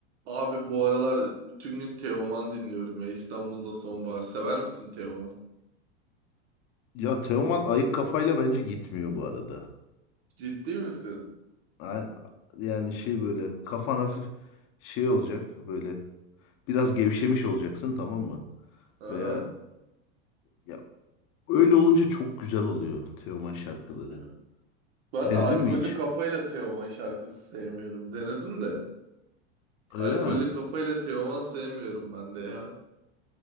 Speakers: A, on the right; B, on the left.
A: Abi bu aralar bütün gün Teoman dinliyorum ya. İstanbul'da Sonbahar. Sever misin Teoman?
B: Ya Teoman ayık kafayla bence gitmiyor bu arada.
A: Ciddi misin?
B: A- Yani şey böyle kafan hafif şey olacak böyle biraz gevşemiş olacaksın tamam mı?
A: Aha.
B: Veya ya öyle olunca çok güzel oluyor Teoman şarkıları.
A: Hmm. Ben
B: Denedin
A: de alkollü
B: mi hiç?
A: kafayla Teoman şarkısı sevmiyorum. Denedim de.
B: Öyle
A: Alkollü
B: mi?
A: kafayla Teoman sevmiyorum ben de ya.